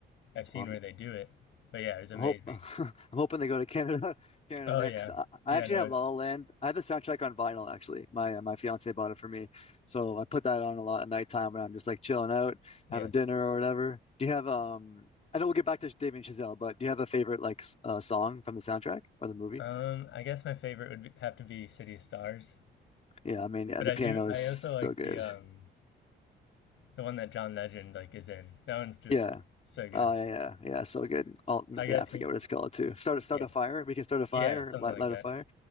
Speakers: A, on the left; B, on the left.
A: I've seen
B: Well,
A: where they do it. But yeah, it was amazing.
B: I'm hope <laughs> I'm hoping they go to Canada <laughs> Canada
A: Oh
B: next.
A: yeah,
B: I, I
A: yeah.
B: actually
A: No,
B: have
A: it's
B: La La Land. I have the soundtrack on vinyl actually. My uh, my fiance bought it for me, so I put that on a lot at nighttime when I'm just like chilling out,
A: yes.
B: having dinner or whatever. Do you have um? I know we'll get back to David and Chazelle, but do you have a favorite like s- uh, song from the soundtrack or the movie?
A: Um, I guess my favorite would be, have to be City of Stars,
B: Yeah, I mean yeah,
A: but
B: the
A: I
B: piano
A: do. I
B: is so
A: also like
B: good.
A: the um the one that John Legend like is in. That one's just
B: Yeah.
A: so good.
B: Oh yeah, yeah, yeah, so good. All
A: I got
B: yeah, I
A: to
B: forget what it's called too. Start start
A: yeah
B: a fire. We can start a fire.
A: yeah something
B: Light
A: like
B: light
A: that.
B: a fire.